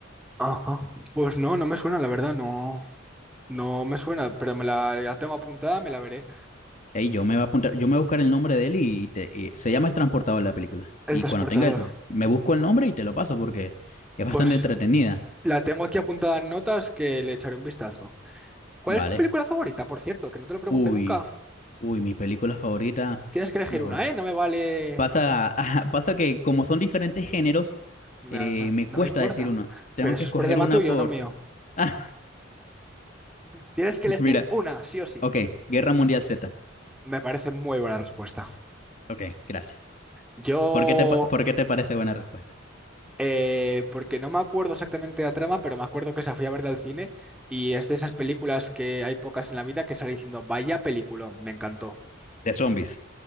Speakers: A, in the centre; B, on the left.
A: Ajá. Pues no, no me suena, la verdad, no. No me suena, pero me la, la tengo apuntada, me la veré.
B: Ey, yo me voy a apuntar, yo me voy a buscar el nombre de él y, te- y se llama El Transportador la película.
A: El
B: Y
A: transportador.
B: cuando tenga el, me busco el nombre y te lo paso porque es bastante
A: Pues
B: entretenida.
A: La tengo aquí apuntada en notas que le echaré un vistazo. ¿Cuál
B: Vale.
A: es tu película favorita, por cierto? Que no te lo pregunte
B: Uy,
A: nunca.
B: uy, mi película favorita.
A: Tienes que elegir
B: uf.
A: una, ¿eh? No me vale...
B: Pasa, <laughs> pasa que como son diferentes géneros,
A: No,
B: eh,
A: no-
B: me
A: no
B: cuesta
A: me importa.
B: decir una. Tengo
A: Pero eso
B: que escoger
A: es problema
B: una
A: tuyo,
B: por.
A: no mío.
B: <laughs> Ah,
A: Tienes que elegir
B: mira.
A: una, sí o sí.
B: Ok, Guerra Mundial Z.
A: Me parece muy buena respuesta.
B: Ok, gracias.
A: Yo...
B: ¿Por qué te, pa- por qué te parece buena respuesta?
A: eh, porque no me acuerdo exactamente la trama, pero me acuerdo que esa fui a verla al cine y es de esas películas que hay pocas en la vida que salí diciendo, vaya peliculón, me encantó.
B: De zombies.